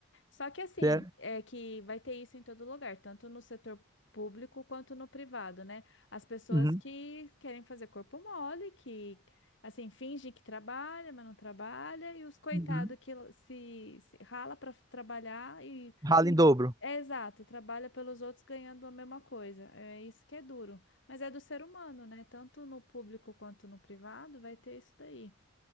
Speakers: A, on the left; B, on the right.
A: Só que assim,
B: É.
A: é que vai ter isso em todo lugar, tanto no setor público quanto no privado, né? As pessoas
B: Uhum,
A: que querem fazer corpo mole, que assim, finge que trabalha, mas não trabalha, e os coitados
B: uhum.
A: que se, se rala para trabalhar e
B: Rala em dobro.
A: É exato, trabalha pelos outros ganhando a mesma coisa. É isso que é duro. Mas é do ser humano, né? Tanto no público quanto no privado vai ter isso daí.